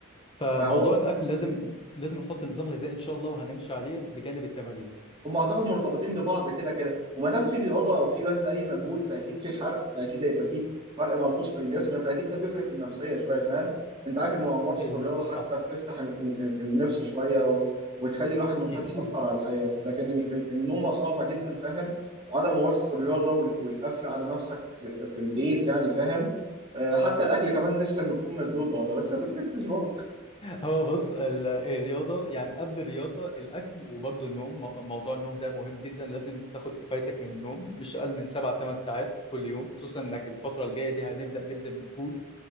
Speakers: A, on the left (about 25°); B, on the right (about 25°).
A: فموضوع
B: فهو
A: الاكل لازم لازم نحط نظام غذائي ان شاء الله وهنمشي عليه بجانب التمارين
B: هم اعتقد مرتبطين ببعض كده كده وما دام في رياضه او في بذل اي مجهود فاكيد في حرق فاكيد هيبقى في فرق ملحوظ في الجسم فاكيد ده بيفرق في النفسيه شويه فاهم انت عارف ان مع ممارسه
A: ال...
B: الرياضه حتى
A: صح
B: بتفتح ال- ال- ال- النفس شويه و- وبتخلي الواحد منفتح
A: كتير
B: اكتر على الحياه لكن ال- ال- النومه صعبه جدا فاهم وعدم ممارسه الرياضه وال- والقفل على نفسك في, في البيت يعني فاهم آه، حتى الاكل كمان نفسك بتكون مسدوده والله بس ما بتحسش برضه
A: هو بص ال- الرياضة يعني قبل الرياضة الأكل وبرضه النوم مو- موضوع النوم ده مهم جدا لازم تاخد كفايتك من النوم مش أقل من سبع ثمان ساعات كل يوم خصوصا إنك الفترة الجاية دي هنبدأ نبذل مجهود